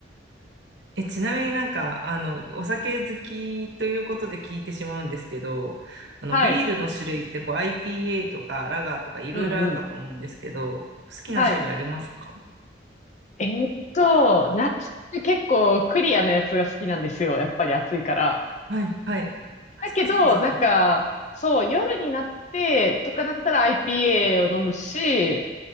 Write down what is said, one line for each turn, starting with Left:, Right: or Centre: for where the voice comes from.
Right: え、ちなみになんか、あの、お酒好きということで聞いてしまうんですけど、あの、
Left: はい。
Right: ビールの種類ってこう IPA とかラガーとかいろいろあるかと思うんですけど、
Left: うん、うん。
Right: 好きな種類ありますか
Left: はい。えーっと、夏って結構クリアなやつが好きなんですよ。やっぱり暑いから。
Right: はい、はい。あ、
Left: だけど、
Right: そっかそっかそっか。
Left: なんか、そう、夜になってとかなったら IPA を飲むし、